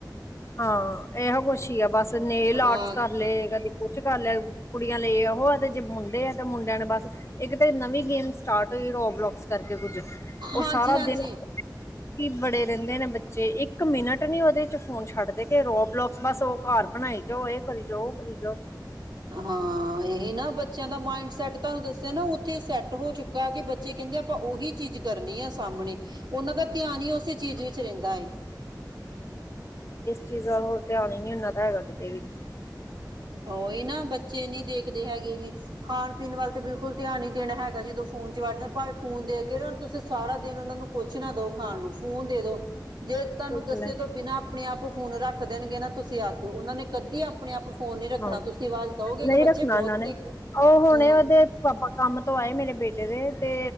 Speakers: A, on the left; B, on the right.
A: ਹਾਂ ਇਹੋ ਕੁਛ ਹੀ ਆ ਬਸ। ਨੇਲ ਆਰਟਸ
B: ਹਾਂ
A: ਕਰ ਲੈ ਕਦੇ ਕੁਛ ਕਰ ਲਿਆ। ਕੁੜੀਆਂ ਲਈ ਉਹ ਤੇ ਜੇ ਮੁੰਡੇ ਆ ਤੇ ਮੁੰਡਿਆਂ ਨੇ ਬਸ, ਇੱਕ ਤੇ ਨਵੀਂ ਗੇਮ ਸਟਾਰਟ ਹੋਈ ਰੋਲੋਕ ਕਰਕੇ ਕੁੱਝ, ਉਹ
B: ਹਾਂਜੀ
A: ਸਾਰਾ
B: ਹਾਂਜੀ
A: ਦਿਨ ਕੀ ਬੜੇ ਰਹਿੰਦੇ ਨੇ ਬੱਚੇ ਇੱਕ ਮਿੰਨਟ ਨੀ ਉਹਦੇ ਚ ਫੋਨ ਛੱਡ ਦੇ ਕੇ ਰੋ ਬਲੋਕਸ ਬਸ ਉਹ ਘਰ ਬਣਾਈ ਜਾਓ ਇਹ ਕਰੀ ਜਾਓ ਉਹ ਕਰੀ ਜਾਓ।
B: ਹਾਂ ਇਹੀ ਨਾ ਬੱਚਿਆਂ ਦਾ ਮਾਇੰਡ ਸੈਟ ਤੁਹਾਨੂੰ ਦੱਸਿਆ ਨਾ ਉੱਥੇ ਸੈੱਟ ਹੋ ਚੁੱਕਾ ਕਿ ਬੱਚੇ ਕਹਿੰਦੇ ਆਪਾਂ ਉਹੀ ਚੀਜ਼ ਕਰਨੀ ਹੈ ਸਾਹਮਣੇ, ਉਹਨਾਂ ਦਾ ਧਿਆਨ ਹੀ ਉਸੇ ਚੀਜ਼ ਵਿੱਚ ਰਹਿੰਦਾ ਏ।
A: ਚੀਜ਼ਾਂ ਹੋਰ ਧਿਆਨ ਹੀ ਨੀ ਉਹਨਾ ਤਾਂ ਹੈਗਾ ਕਿਤੇ ਵੀ।
B: ਉਹੀ ਨਾ ਬੱਚੇ ਨੀ ਦੇਖਦੇ ਹੈਗੇ ਵੀ, ਖਾਣ ਪੀਣ ਵੱਲ ਤਾਂ ਬਿਲਕੁਲ ਧਿਆਨ ਹੀ ਦੇਣਾ ਹੈਗਾ ਜਦੋਂ ਫੋਨ ਚ ਵੱਡ ਜਾਣ ਭਾਵੇਂ ਫੋਨ ਦੇ ਕੇ ਨਾ ਤੁਸੀਂ ਸਾਰਾ ਦਿਨ ਉਹਨਾਂ ਨੂੰ ਕੁੱਛ ਨਾ ਦਓ ਖਾਣ ਨੂੰ ਫੋਨ ਦੇ ਦੋ। ਜੇ ਤੁਹਾਨੂੰ ਦੱਸੇ
A: ਗੱਲ ਹੈ
B: ਤੋਂ ਬਿਨਾਂ ਆਪਣੇ ਆਪ ਉਹ ਫੋਨ ਰੱਖ ਦੇਣਗੇ ਨਾ ਤੁਸੀਂ ਆ ਕੇਓ ਉਹਨਾਂ ਨੇ ਕਦੀ ਆਪਣੇ ਆਪ ਫੋਨ ਨੀ ਰੱਖਣਾ
A: ਹਾਂ,
B: ਤੁਸੀਂ ਆਵਾਜ਼ ਦਓਗੇ
A: ਨਹੀਂ
B: ਕਿ ਬੱਚੇ
A: ਰੱਖਣਾ
B: ਬਹੁਤ
A: ਇਹਨਾਂ ਨੇ
B: ਤੇਜ਼
A: ਉਹ ਹੁਣੇ
B: ਹੂੰ
A: ਉਹਦੇ ਪਾਪਾ ਕੰਮ ਤੋਂ ਆਏ ਮੇਰੇ ਬੇਟੇ ਦੇ ਤੇ